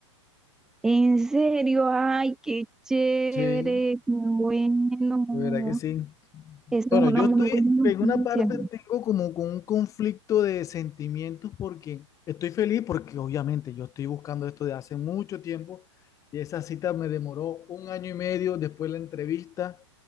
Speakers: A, in the centre; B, on the left (about 20°).
A: ¿En serio? Ay, qué chévere,
B: Sí,
A: qué bueno.
B: de verdad que sí.
A: Eso
B: Bueno,
A: es una
B: yo
A: muy
B: estoy,
A: buena
B: en
A: noticia.
B: una parte tengo como con un conflicto de sentimientos porque estoy feliz porque obviamente yo estoy buscando esto de hace mucho tiempo y esa cita me demoró un año y medio después de la entrevista,